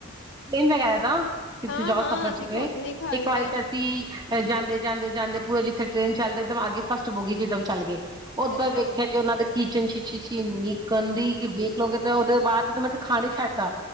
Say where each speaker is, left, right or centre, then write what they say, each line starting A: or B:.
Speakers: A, on the right; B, on the left.
A: ਟ੍ਰੇਨ ਤੇ <unintelligible> ਕਿੱਥੇ
B: ਹਾਂ
A: ਜਾਓ
B: ਹਾਂ
A: ਸਫ਼ਰ ਚ
B: ਅਸੀਂ
A: ਤੇ
B: ਖੁਦ ਨੀ ਖਾਂਦੇ
A: ਇੱਕ ਵਾਰੀ ਤੇ
B: ਆ
A: ਕਿ ਜਾਂਦੇ, ਜਾਂਦੇ, ਜਾਂਦੇ ਪੂਰਾ ਜਿੱਥੇ ਟ੍ਰੇਨ ਚੱਲਦਾ ਏਕ ਦਮ ਆਗੇ ਫਸਟ ਬੋਗੀ ਜਿੱਦਮ ਚੱਲ ਗਏ ਓਧਰ
B: ਅੱਛਾ
A: ਵੇਖਿਆ ਜੇ ਓਨਾਂ ਦੇ ਕਿਚਨ ਚ ਸ਼ਿਸ਼ੀ ਇੰਨੀ ਗੰਦੀ ਕਿ ਵਖ ਲਗੇ ਤੇ ਓਦੇ ਬਾਅਦ ਤ ਮੈਂ ਤੇ ਖਾਣਾ ਈ ਛੱਡਤਾ